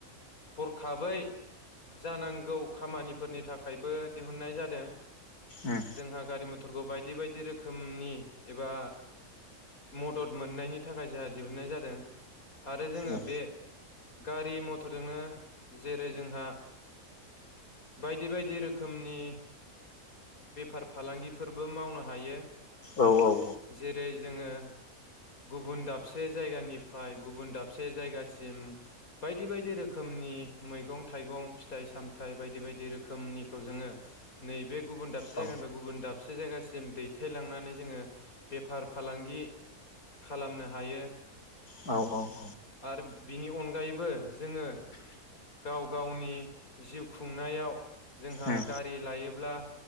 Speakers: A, on the left; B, on the left.
A: हरखाबै जानांगौ खामानिफोरनि थाखायबो दिहुननाय जादों
B: उम
A: जोंहा गारि मथरखौ बायदि बायदि बायदि रोखोमनि एबा मदद मोननायनि थाखाय जोंहा दिहुननाय जादों आरो जोङो
B: उम
A: बे गारि मटरजोंनो जेरै जोंहा बायदि बायदि रोखोमनि बेफार फालांगिफोरबो मावनो हायो
B: औ औ औ
A: जेरै जोङो गुबुन दाबसे जायगानिफ्राय गुबुन दाबसे जायगासिम बायदि बायदि रोखोमनि मैगं थाइगं फिथाइ सामथायाइ बायदि बायदि रोखोमनिखौ जोङो नैबे गुबुन दाबसे जायगानिफ्राय
B: औ
A: गुबुन दाबसे जायगासिम दैथायलांनानै जोङो बेफार फालांगि खालामनो हायो
B: औ औ
A: आरो बिनि अनगायैबो जोङो गाव गावनि जिउ खुंनायाव जोंहा
B: उम
A: गारि लायोब्ला